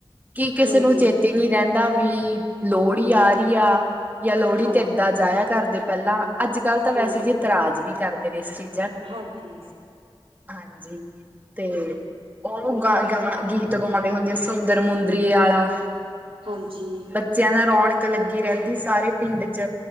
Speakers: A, on the right; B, on the right.
A: ਕਿ ਕਿਸੇ
B: ਹਾਂਜੀ
A: ਨੂੰ ਚੇਤੇ ਨੀ ਰਹਿੰਦੇ ਏਵੀ ਲੋਹੜੀ ਆ ਰਹੀ ਆ ਜਾਂ ਲੋਹੜੀ
B: ਹਾਂਜੀ
A: ਤੇ ਏਦਾਂ ਜਾਇਆ ਕਰਦੇ ਪਹਿਲਾਂ ਅੱਜ ਕੱਲ੍ਹ ਤਾਂ ਵੈਸੇ
B: ਹਾਂਜੀ
A: ਜੇ ਇ ਤਰਾਜ ਵੀ ਕਰਦੇ ਨੇ ਇਸ ਚੀਜ਼
B: ਹਾਂਜੀ
A: ਹਾਂਜੀ ਤੇ ਉਹ
B: ਬਿਲਕੁਲ
A: ਗਾ ਗਾ
B: ਜੀ
A: ਗੀਤ ਗਾਉ ਦੇ ਹੁੰਦੇ ਸੁੰਦਰ ਮੁੰਦਰੀਏ ਆਾ
B: ਹਾਂਜੀ
A: ਬੱਚਿਆਂ ਦਾ ਰੌਣ ਹੁੱਕ ਲੱਗੀ ਰਹਿੰਦੀ ਸਾਰੇ ਪਿੰਡ ਚ